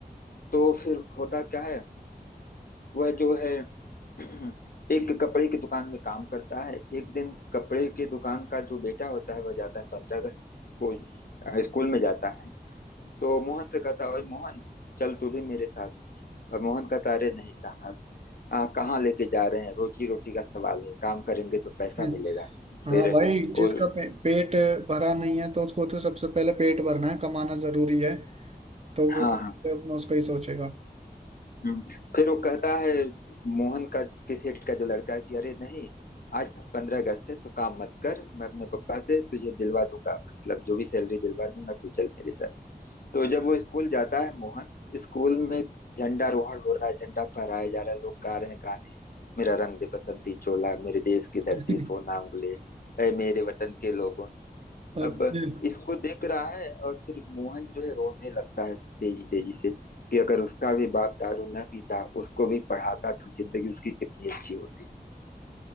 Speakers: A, on the left (about 65°); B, on the right (about 40°).
A: तो फिर होता क्या है वह जो है <clears throat> एक कपड़े की दुकान में काम करता है एक दिन कपड़े के दुकान का जो बेटा होता है वह जाता है पंद्रह अगस्त को अ, स्कूल में जाता है तो मोहन से कहता ओए मोहन चल तू भी मेरे साथ और मोहन कहता अरे नहीं साहब आ, कहाँ लेके जा रहे हैं रोजी रोटी का सवाल है काम करेंगे तो पैसा
B: <laughs> हम्म,
A: मिलेगा
B: हाँ
A: फिर
B: भाई जिसका
A: वो
B: पे, पेट भरा नहीं है तो उसको तो सबसे पहले पेट भरना है कमाना जरूरी है तो
A: हाँ
B: वो तो
A: हाँ
B: अपना उसका ही सोचेगा
A: हम्म। फिर वो कहता है मोहन का के सेठ का जो लड़का है कि अरे नहीं आज पंद्रह अगस्त है तू काम मत कर मैं अपने पापा से तुझे दिलवा दूंगा मतलब जो भी सैलरी दिलवा दूंगा तू चल मेरे साथ तो जब वो स्कूल जाता है मोहन स्कूल में झंडारोहण हो रहा है झंडा फहराया जा रहा है लोग गा रहे हैं गाने मेरा रंग दे बसंती चोला मेरे देश की
B: <laughs>
A: धरती सोना उंगले ऐ मेरे वतन के लोगों
B: अच्छा
A: अब इसको देख रहा है और फिर मोहन जो है रोने लगता है तेजी तेजी से कि अगर उसका भी बाप दारू न पीता उसको भी पढ़ाता तो जिंदगी उसकी कितनी अच्छी होती